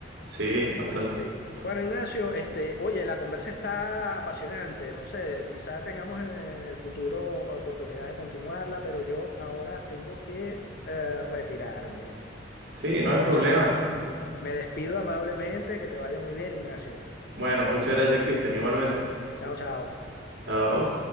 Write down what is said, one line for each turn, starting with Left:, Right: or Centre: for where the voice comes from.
Right: Sí, bastante.
Left: Sí. Bueno, Ignacio, este, oye, la conversa está apasionante, no sé, quizá tengamos en, en el futuro oportunidad de continuarla, pero yo ahora tengo que eh, retirarme.
Right: Sí,
Left: Entonces,
Right: no hay problema.
Left: me despido amablemente, que te vaya muy bien, Ignacio.
Right: Bueno, muchas gracias, Cristian, igualmente.
Left: Chao, chao.
Right: Chao.